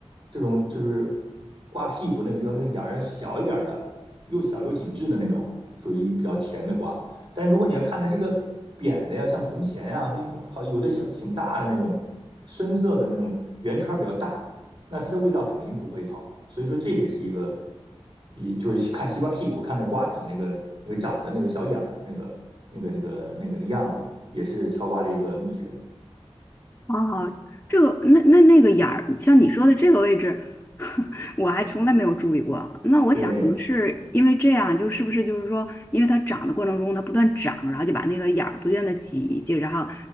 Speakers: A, on the right; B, on the left.
A: 这种就是瓜屁股那个地方那个眼儿小一点的，又小又紧致的那种，属于比较甜的瓜。但如果你要看它这个扁的呀，像铜钱呀，好有的像挺大的那种深色的那种圆圈比较大，那它的味道肯定不会好。所以说这也是一个，一就是看西瓜屁股，看那瓜底那个那个长的那个小眼儿，那个那个那个那个那样子，也是挑瓜的一个秘诀。
B: 哦，这个那那那个眼儿，像你说的这个位置，<laughs> 我还从来没有注意过。那我想可能是因为这样，
A: 对，
B: 就是不是就是说，因为它长的过程中它不断长，然后就把那个眼儿不断的挤，就然后